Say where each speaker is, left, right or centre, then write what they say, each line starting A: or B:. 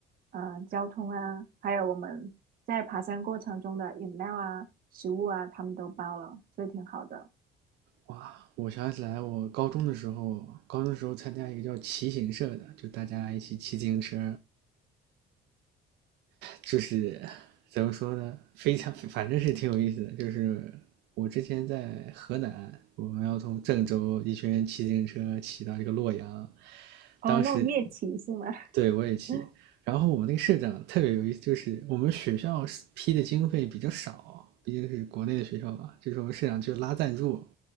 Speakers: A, on the right (about 60°); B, on the right (about 85°).
A: 呃交通啊，还有我们在爬山过程中的饮料啊、食物啊，他们都包了，所以挺好的。
B: 哇，我想起来，我高中的时候，高中的时候参加一个叫骑行社的，就大家一起骑自行车，就是怎么说呢，非常反正是挺有意思的。就是我之前在河南，我们要从郑州一群人骑自行车骑到这个洛阳，
A: 哦，
B: 当时
A: 那种夜骑是吗？
B: 对我也骑，
A: 哇，
B: 然后我们那个社长特别有意思，就是我们学校批的经费比较少，毕竟是国内的学校嘛，就是我们社长就拉赞助。